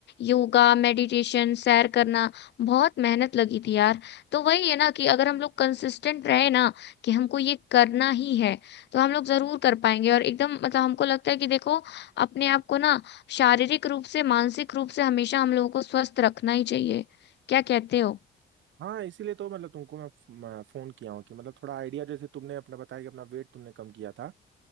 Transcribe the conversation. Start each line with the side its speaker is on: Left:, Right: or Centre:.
Left: योगा मेडिटेशन सैर करना बहुत मेहनत लगी थी यार तो वही है ना कि अगर हम लोग कंसिस्टेंट रहे ना कि हमको ये करना ही है तो हम लोग जरूर कर पाएंगे और एकदम मतलब हमको लगता है कि देखो अपने आप को ना शारीरिक रूप से मानसिक रूप से हमेशा हम लोगों को स्वस्थ रखना ही चाहिए क्या कहते हो
Right: हाँ इसीलिए तो मतलब तुमको मैं फ- मैं फोन किया हूँ कि मतलब थोड़ा आइडिया जैसे तुमने अपना बताया कि अपना वेट तुमने कम किया था